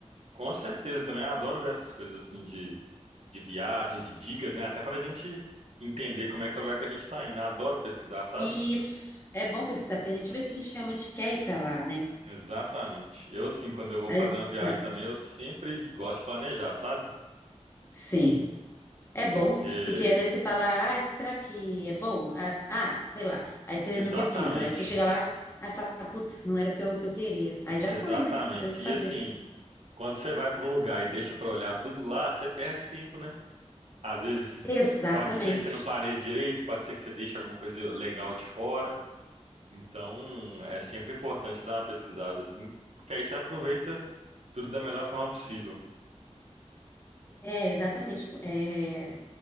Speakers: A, on the right; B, on the left.
A: com certeza, eu também adoro ver essas coisas assim de, de viagens, de dicas, né? Até para a gente entender como é que é o lugar que a gente está indo. Adoro pesquisar, sabe?
B: isso é bom pesquisar, porque a gente vê se a gente realmente quer ir para lá, né?
A: Exatamente. Eu sim, quando eu vou
B: Mas,
A: fazer uma viagem
B: ah,
A: também, eu sempre gosto de planejar, sabe?
B: sim. É
A: Porque
B: bom, porque às vezes você fala, ah, será que é bom? Ah, ah, sei lá. Aí você
A: exatamente,
B: não pesquisa. Aí você chega lá, aí fala, putz, não era o que eu, que eu queria.
A: <laughs>
B: Aí já
A: exatamente.
B: foi, né? Não tem o que fazer.
A: E assim, quando você vai para um lugar e deixa para olhar tudo lá, você perde tempo, né? Às vezes
B: Exatamente.
A: pode ser que você não planeje direito, pode ser que você deixe alguma coisa legal de fora. Então, é sempre importante dar uma pesquisada assim, porque aí você aproveita tudo da melhor forma possível.
B: É, exatamente. É,